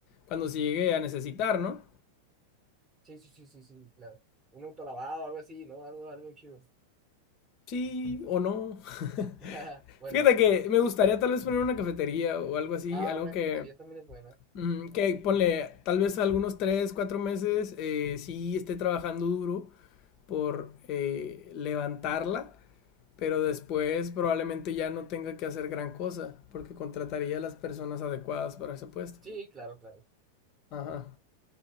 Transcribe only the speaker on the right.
Sí, sí, sí, sí, sí, claro. Un auto lavado, algo así, ¿no? Algo, algo chido.
<laughs> Bueno,
ah,
una
cafetería también es buena.
Sí,
sí, claro, claro.